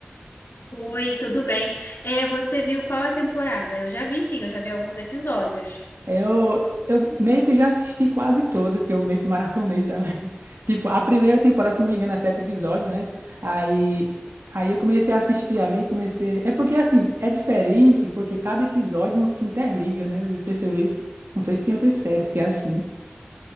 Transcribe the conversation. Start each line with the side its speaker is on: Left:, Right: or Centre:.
Left: Oi, tudo bem? É, você viu qual a temporada? Eu já vi, sim, eu já vi alguns episódios.
Right: Eu, eu meio que já assisti quase todas, que eu meio que maratonei, sabe? <laughs> Tipo, a primeira temporada, se não me engano, é sete episódios, né? Aí, aí eu comecei a assistir ali, comecei. É porque assim, é diferente, porque cada episódio não se interliga, né? Você Percebeu isso? Não sei se tem outras séries que é assim.